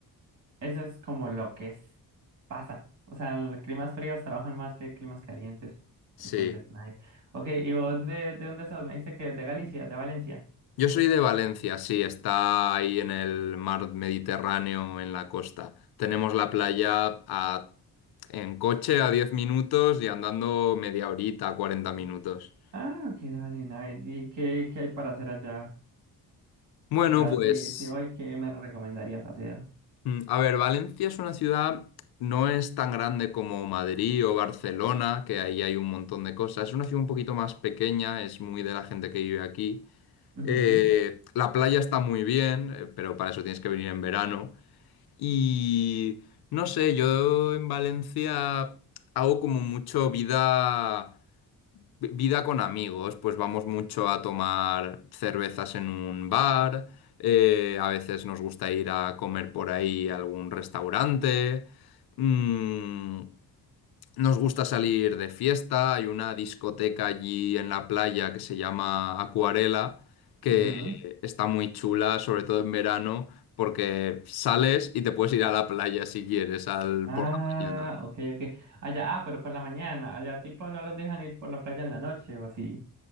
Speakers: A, on the right; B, on the left.
A: Eso es como lo que es- pasa. O sea, en climas fríos trabajan más que climas calientes.
B: Sí.
A: Entonces, nice. Ok, ¿y vos de, de dónde estás? Me dijiste que de Galicia, de Valencia.
B: Yo soy de Valencia, sí, está ahí en el mar Mediterráneo, en la costa. Tenemos la playa a- en coche a 10 minutos y andando media horita, 40 minutos.
A: Ah, ok, dale, nice. ¿Y qué, qué hay para hacer allá?
B: Bueno,
A: O sea,
B: pues,
A: si, si hoy, ¿qué me recomendarías hacer?
B: mm, a ver, Valencia es una ciudad, no es tan grande como Madrid o Barcelona, que ahí hay un montón de cosas. Es una ciudad un poquito más pequeña, es muy de la gente que vive aquí.
A: Ujú,
B: Eh, la playa está muy bien, eh, pero para eso tienes que venir en verano. Y no sé, yo en Valencia hago como mucho vida, vi- vida con amigos, pues vamos mucho a tomar cervezas en un bar, eh, a veces nos gusta ir a comer por ahí a algún restaurante. mm, nos gusta salir de fiesta, hay una discoteca allí en la playa que se llama Acuarela, que
A: ujú.
B: está muy chula, sobre todo en verano, porque sales y te puedes ir a la playa si quieres al,
A: Ah,
B: por la mañana.
A: ok, ok. Allá, ah, pero por la mañana. Allá, tipo, no los dejan ir por la playa en la noche o así.